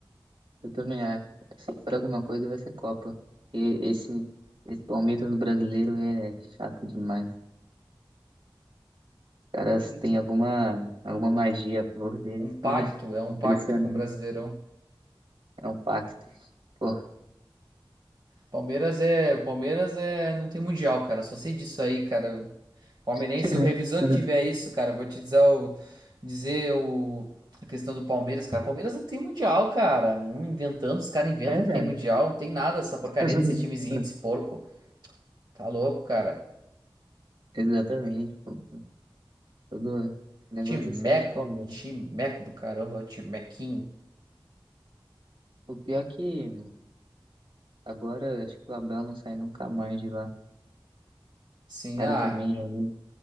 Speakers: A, on the right; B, on the right.
A: Eu também acho. Se for alguma coisa, vai ser Copa. E esse, esse Palmeiras do brasileiro é chato demais. Os caras
B: Sim.
A: têm alguma, alguma magia a favor deles
B: Um
A: que
B: pacto,
A: <laughs>
B: é um
A: é impressionante.
B: pacto com o Brasileirão.
A: É um pacto. Pô.
B: Palmeiras é, Palmeiras é, não tem mundial, cara. Só sei disso aí, cara. Palmeirense,
A: <laughs>
B: o revisor que tiver isso, cara, eu vou te dizer o, dizer o, a questão do Palmeiras, cara. Palmeiras não tem mundial, cara. Não inventando, os caras inventam
A: É,
B: que
A: né?
B: tem mundial. Não tem nada essa porcaria
A: <laughs>
B: desse timezinho, desse porco. Tá louco, cara.
A: Exatamente, pô. Todo negócio
B: Timeco,
A: é ser anti-Palmeiras.
B: timeco do caramba, timequinho.
A: O pior é que agora acho que o Abel não sai nunca mais de lá.
B: Sim,
A: O cara
B: ah.
A: também aí. O